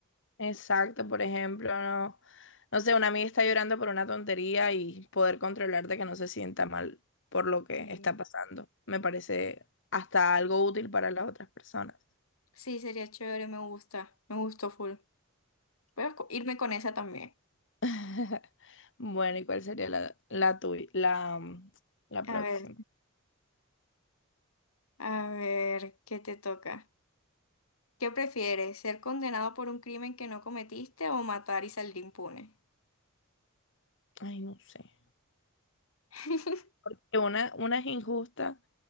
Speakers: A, on the left; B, on the left.
A: Exacto, por ejemplo, no, no sé, una amiga está llorando por una tontería y poder controlarte que no se sienta mal por lo que
B: Sí.
A: está pasando. Me parece hasta algo útil para las otras personas.
B: Sí, sería chévere, me gusta, me gustó full. Voy a co- irme con esa también.
A: <laughs> Bueno, ¿y cuál sería la, la tuya, la, mm, la
B: A
A: próxima?
B: ver, a ver, ¿qué te toca? ¿Qué prefieres, ser condenado por un crimen que no cometiste o matar y salir impune?
A: Ay, no sé.
B: <laughs>
A: Porque una, una es injusta